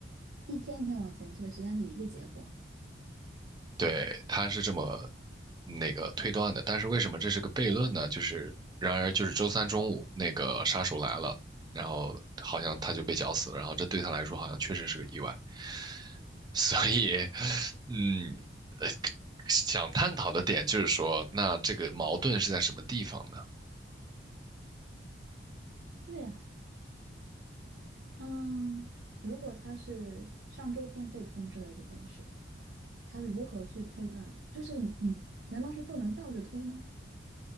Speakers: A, on the right; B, on the right.
A: 一天一天往前推，实际上是一个结果。
B: 对，他是这么那个推断的。但是为什么这是个悖论呢？就是然而就是周三中午那个杀手来了，然后好像他就被绞死了，然后这对他来说好像确实是个意外。<laughs> 所以，嗯，呃想探讨的点就是说，那这个矛盾是在什么地方呢？
A: 对啊。嗯，如果他是上周天被通知了这件事，他如何去推断？就是你你难道是不能倒着推吗？